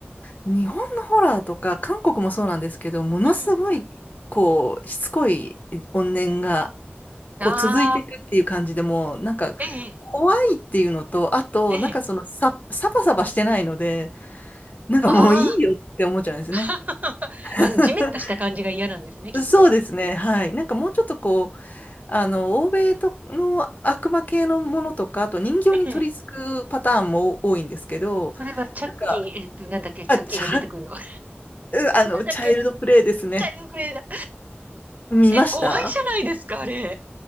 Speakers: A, on the left; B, on the right.
A: 日本のホラーとか、韓国もそうなんですけど、ものすごい、
B: う
A: こう、しつこい怨念が、こう続いていくっていう感じでもうなんか怖いっていうのとあとなんかそのさサバサバしてないので
B: ん。ああ、ええ、ええ、
A: なんかもういいよって思っちゃうんですね。
B: ああ、<laughs>
A: <laughs>
B: あの、ジメッとした感じが嫌なんですね、きっと。
A: そうですね、はい。なんかもうちょっとこう、あの、欧米との悪魔系のものとか、あと人形に取り付くパターンも多いんですけど、
B: ええ。それはチャッキー、
A: なんか、
B: えっと、なんだっけ、チャッキーが出てくるの。
A: あ、ちゃ、う
B: <laughs>
A: あの、
B: なんだっけ、
A: チャイルドプレイですね。
B: チャイルドプレイだ。
A: 見ました
B: え、怖いじゃないですか、あれ。